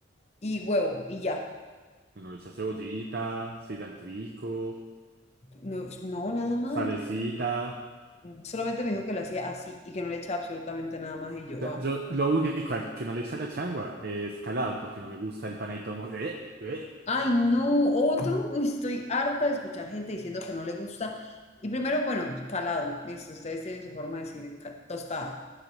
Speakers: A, on the left; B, on the right.
A: y huevo y ya.
B: Uno le echa cebollita, cilantrico,
A: No, no, nada más.
B: salecita.
A: Solamente me dijo que lo hacía así y que no le echaba absolutamente nada más y yo,
B: O sea,
A: ah.
B: Yo lo único al- que no le echo a la changua es calado, porque no me gusta el panadito. mo- Eh, eh,
A: Ay, no, otro. Uy, estoy harta de escuchar gente diciendo que no le gusta. Y primero, bueno, calado, listo, ustedes tienen su forma de decir ca- tostada.